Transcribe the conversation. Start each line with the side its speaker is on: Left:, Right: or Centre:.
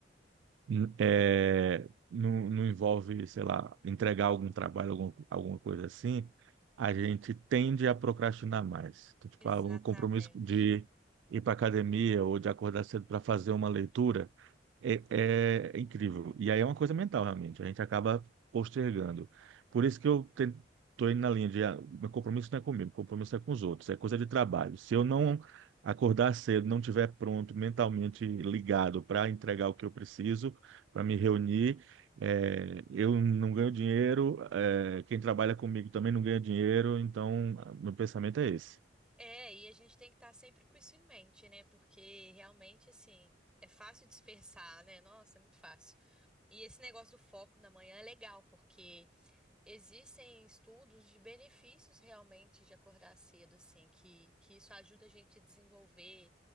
Right: N- é, não, não envolve, sei lá, entregar algum trabalho, alguma, alguma coisa assim, a gente tende a procrastinar mais. Então, tipo,
Centre: Exatamente.
Right: ah, um compromisso de ir para academia ou de acordar cedo para fazer uma leitura é, é incrível. E aí é uma coisa mental, realmente. A gente acaba postergando. Por isso que eu estou indo na linha de ah, meu compromisso não é comigo, meu compromisso é com os outros, é coisa de trabalho. Se eu não acordar cedo, não tiver pronto, mentalmente ligado para entregar o que eu preciso, para me reunir. É, eu não ganho dinheiro, é, quem trabalha comigo também não ganha dinheiro, então meu pensamento é esse.
Centre: É, e a gente tem que estar sempre com isso em mente, né? Porque realmente, assim, é fácil dispersar, né? Nossa, é muito fácil. E esse negócio do foco na manhã é legal, porque existem estudos de benefícios realmente de acordar cedo, assim, que, que isso ajuda a gente a desenvolver